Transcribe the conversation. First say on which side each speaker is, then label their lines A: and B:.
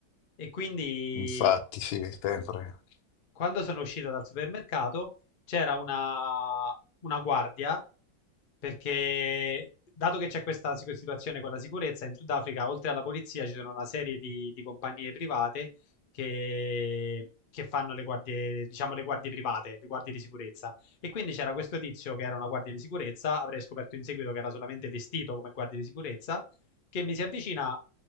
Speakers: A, on the left; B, on the left.
A: E quindi
B: Infatti, sì, sempre.
A: Quando sono uscito dal supermercato c'era una, una guardia perché, dato che c'è questa sic- situazione con la sicurezza, in Sudafrica, oltre alla polizia, ci sono una serie di, di compagnie private che, che fanno le guardie, diciamo, le guardie private, le guardie di sicurezza. E quindi c'era questo tizio che era una guardia di sicurezza, avrei scoperto in seguito che era solamente vestito come guardia di sicurezza, che mi si avvicina,